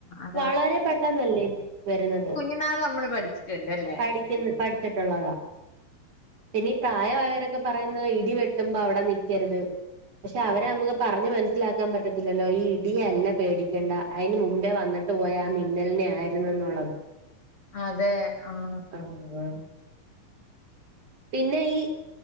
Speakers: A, on the left; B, on the right.
A: അതാ
B: വളരെ പെട്ടെന്നല്ലേ വരുന്നത്
A: ന്നാൾ നമ്മള് പഠിച്ചിട്ടുണ്ട്ല്ലേ
B: പഠിക്കുന്ന പഠിച്ചിട്ടുള്ളതാ പിന്നെ ഈ പ്രായായവരൊക്കെ പറയുന്ന ഇടി വെട്ടുമ്പോ അവിടെ നിക്കരുത് പഷെ അവരെ നമുക്ക് പറഞ്ഞ് മനസ്സിലാക്കാൻ പറ്റത്തില്ലല്ലോ ഈ ഇടിയല്ല പേടിക്കണ്ട അയിന് മുമ്പേ വന്നിട്ട് പോയ ആ മിന്നലിനെ ആയിരുന്നു എന്നുള്ളത്
A: അതെ ആഹ്
B: ആഹ് പിന്നെ ഈ